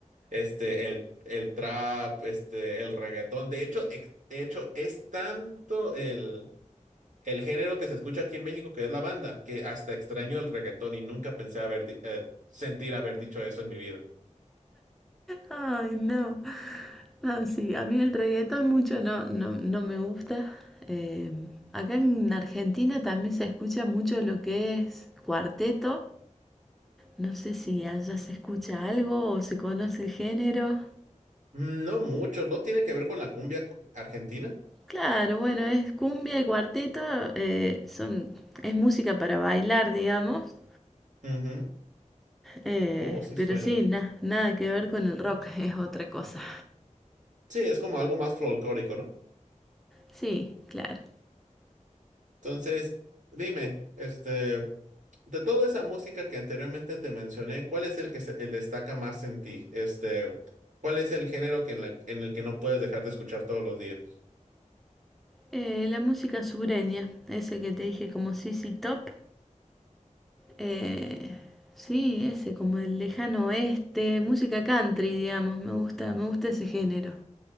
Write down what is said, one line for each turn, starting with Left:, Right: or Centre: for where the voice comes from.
Right: este, el, el trap, este, el reggaetón. De hecho, ex- de hecho, es tanto el, el género que se escucha aquí en México, que es la banda, que hasta extraño el reggaetón y nunca pensé haber, di- eh, sentir haber dicho eso en mi vida.
Centre: Ay, no. No, sí, a mí el reggaetón mucho no, no, no me gusta. Eh, acá en Argentina también se escucha mucho lo que es cuarteto. No sé si allá se escucha algo o se conoce el género.
Right: Mm, No mucho, no tiene que ver con la cumbia c- argentina.
Centre: Claro, bueno, es cumbia y cuarteto, eh, son, es música para bailar, digamos.
Right: Ujú.
Centre: Eh,
Right: Oh, sí
Centre: pero
Right: suena.
Centre: sí, na- nada que ver con el rock, <laughs> es otra cosa.
Right: Sí, es como algo más folclórico, ¿no?
Centre: Sí, claro.
Right: Entonces, dime, este, de toda esa música que anteriormente te mencioné, ¿cuál es el que se- el destaca más en ti? Este, ¿cuál es el género que en, la- en el que no puedes dejar de escuchar todos los días?
Centre: Eh, la música sureña, ese que te dije como ZZ Top. Eh, sí, ese, como el lejano oeste, música country, digamos, me gusta, me gusta ese género.